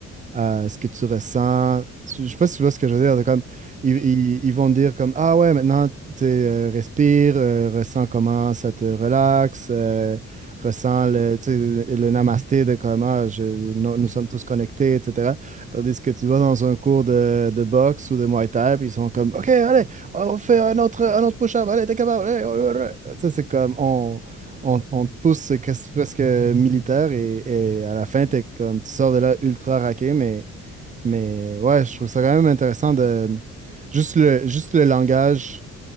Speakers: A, on the right (about 25°); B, on the left (about 70°).
A: à ce que tu ressens. Je sais pas si tu vois ce que je veux dire. de Comme, ils,
B: Oui,
A: ils- ils vont te dire comme, ah ouais, maintenant, tu sais, euh, respire, euh, ressens comment ça te relaxe, euh, ressens
B: Mhm,
A: le, tu sais, le namasté de comment je, nous,
B: mhm,
A: nous sommes tous connectés, etc. Tandis que tu vas dans un cours de, de boxe ou de Muay Thai, puis ils sont comme, OK, allez, on fait un autre, un autre push-up, allez, t'es capable, allez, allez,
B: mhm,
A: allez. Ça, c'est comme, on, on, on te pousse c'est presque militaire et, et à la
B: mhm,
A: fin, t'es comme, tu sors de là ultra raqué, mais, mais ouais, je trouve ça quand même intéressant de juste le, juste le langage